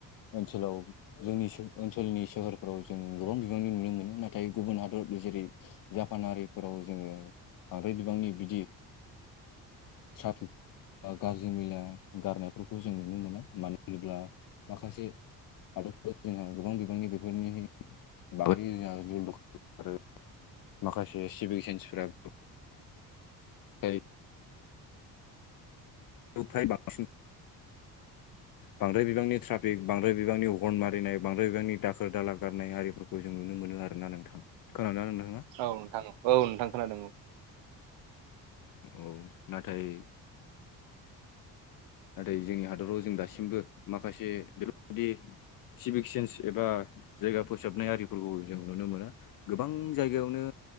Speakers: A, on the left (about 50°); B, on the right (about 75°).
A: ओनसोलाव। जोंनि ओनसोलनि सोहोरफ्राव जों गोबां बिबांनि नुनो मोनो नाथाय गुबुन हादर जेरै जापानारिफोराव जोङो बांद्राय बिबांनि बिदि ट्राफिक गाज्रि मैला गारनायफोरखौ जों नुनो मोना मानो होनोब्ला माखासे हादरफोर जोंहा गोबां बिबांनि बेफोरनि बागै जोंहा आरो माखासे सिभिक सेन्सफोराबो <unintelligible> फ्राय बांसिन बांद्राय बिबांनि ट्राफिक बांद्राय बिबांनि हर्न मारिनाय बांद्राय बिबांनि दाखोर दाला गारनाय आरिफोरखौ जों नुनो मोनो आरो ना। नोंथां खोनादों ना नोंथाङा?
B: औ नोंथां। औ नोंथां खोनादों औ।
A: औ नाथाय नाथाय जोंनि हादराव जों दासिमबो माखासे बेफोरबायदि सिभिक सेन्स एबा जायगा फोसाबनाय आरिफोरखौ जों नुनो मोना। गोबां जायगायावनो